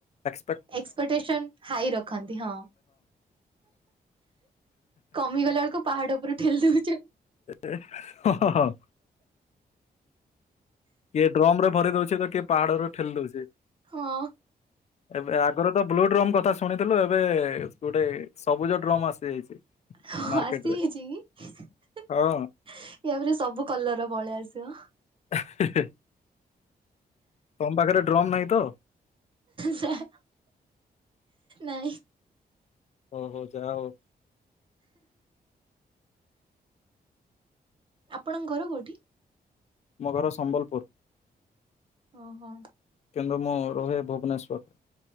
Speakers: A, on the left; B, on the right.
A: <unintelligible>
B: ଏକ୍ସପେଟେସନ ହାଇ ରଖନ୍ତି। ହଁ। କମିଗଲା ବେଳକୁ ପାହାଡ ଉପରୁ ଠେଲି ଦଉଚି।
A: ଏ ହଁ, ହଁ, ହଁ। କିଏ ଡ୍ରମ ରେ ଭରି ଦଉଛି, ତ କିଏ ପାହାଡରୁୁ ଠେଲି ଦଉଛି।
B: ହଁ
A: ଏବେ ଆଗରୁ ତ ବ୍ଲୁ ଡ୍ରୋମ କଥା ଶୁଣିଥିଲୁ ଏବେ ଗୋଟେ ସବୁଜ ଡ୍ରୋମ ଆସିଯାଇଛି।
B: ହଁ,
A: ମାର୍କେଟରେ
B: ଆସି ଯାଇଛି କି? ଇଆପରେ
A: ହଁ
B: ରେ ସବୁ କଲର ର ପଳେଇ ଆସିବ।
A: ହେ, ହେ ତମ ପାଖରେ ଡ୍ରମ୍ ନାହିଁ ତ?
B: ନାଁ ନାଇଁ।
A: ଓହୋ। ଯା ହଉ।
B: ଆପଣଙ୍କ ଘର କୋଉଠି?
A: ମୋ ଘର ସମ୍ବଲପୁର।
B: ଓହୋ।
A: କିନ୍ତୁ ମୁଁ ରୁହେ ଭୁବନେଶ୍ୱର।